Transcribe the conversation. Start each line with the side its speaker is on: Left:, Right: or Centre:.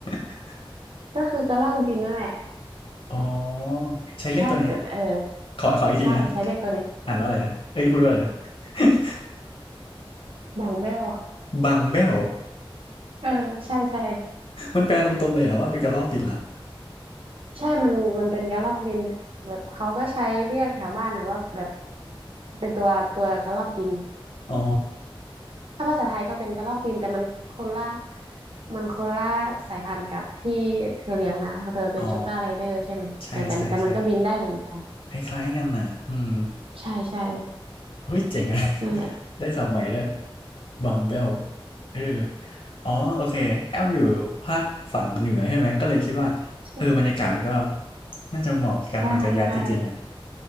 Left: <laughs>
Right: ก็คือกระลอกบินนั่นแหละ
Left: อ๋อใช้เรียกตัวนี้
Right: ใช่แต่เออ
Left: ขอขออีกทีนะ
Right: ใช่ใช้เรียกตัวนี้
Left: อ่านว่าอะไรนะเอ้ยพูดว่าอะไรนะ <laughs>
Right: บางแบ้ว
Left: บังเบล
Right: เออใช่ใช่
Left: มันแปลตรงๆเลยเหรอว่าเป็นกระรอกกินเหรอ
Right: ใช่มันมันเป็นกระรอกบินเนี่ยแบบเขาก็ใช้เรียกแถวบ้านนะว่าแบบเป็นตัวตัวกระรอกบิน
Left: อ๋อ
Right: ถ้าภาษาไทยก็เป็นกระรอกบินแต่มันคนละมันคนละสายพันธุ์กับที่เธอเลี้ยงนะเธอเป็นชูการ์ไรเดอร์ใช่ไหมเออแต่แต่มันก็บินได้เหมือนกัน
Left: <laughs> อ๋อใช่ใช่ใช่คล้ายๆกันน่ะอืม
Right: ใช่ใช่
Left: เฮ้ยเจ๋งอะ <laughs>
Right: นั่นแหละ
Left: ได้ศัพท์ใหม่ด้วยบังเบลเอออ๋อโอเคแอมอยู่ภาคฝั่งเหนือใช่ไหมก็เลยคิดว่าเออบรรยากาศมันก็
Right: ใ
Left: น่าจะเหมาะกับการปั่นจักรยานจริงๆอ่ะ
Right: ช่ใช่